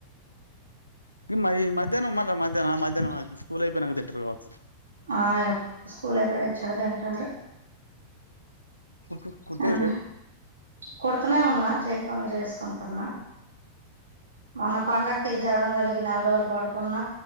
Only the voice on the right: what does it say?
ఆ స్కూల్ అయిపోయి వచ్చాక తింటారు.
అండ్
కుడుతూనే ఉన్నా చేతి పనులు చేసుకుంటున్నా. మొన్న పండగ్కి జరంతలిగి నెల రోజులు పడుకున్న